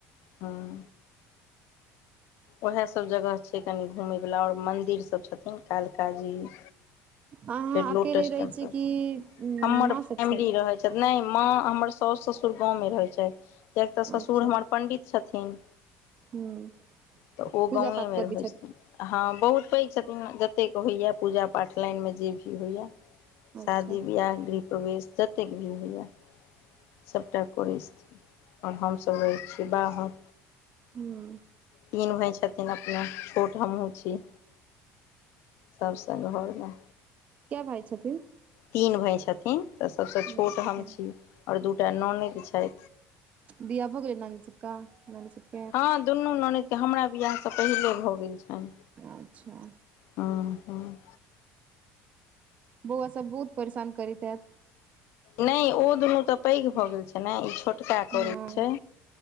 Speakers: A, on the left (about 55°); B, on the right (about 30°).
A: हूं वएह सब जगह छै कनि घूमेय वाला और मंदिर सब छथिन कैलकाजीमे
B: अहाँ
A: फेर लोटस
B: अकेले रहै
A: टेम्पल
B: छियै
A: पर।
B: कि
A: हमरा
B: माँ सब
A: फैमिली
B: छथि
A: रहे छथिन नै माँ हमर साास ससुर गाँव मे रहै छैकियाक तऽ ससुर
B: अच्छा
A: हमर पंडित छथिन
B: हूँ
A: तऽ ओ
B: पूजा
A: गांवेंमेमे
B: पाठ करै
A: रहै यह त छथिन हाँ बहुत पैघ छथिन जतेक होइए पूजा पाठ लाइन में मे जे भी किछु होइए
B: अच्छा
A: शादी बियाह दि प्रवेश जतेक भी होइया सभटा करै छि और हमसभ रहैत छिय बाहर
B: हूं
A: तीन भाइ छथिन अपने छोट हमहू छीयै सब संग घर में जाय
B: कैभाइ छथिन
A: तीन भाइ छथिन तऽ सभसँ छोट
B: अच्छा
A: हम छी आऔर दूटा ननैदछाथि
B: बियाह भ गेल ननैद सबके ननैदसब
A: हाँ दुनू ननैदके हमरा बियाह स पहिले भऽ गेल छानि
B: अच्छा
A: हूं हांँ
B: बौआ सब बहुत परेशानकरैत हैत
A: न ईओ दुनू तऽ पैघ भऽ गेल छै लैने छोटका
B: हँ
A: करै छै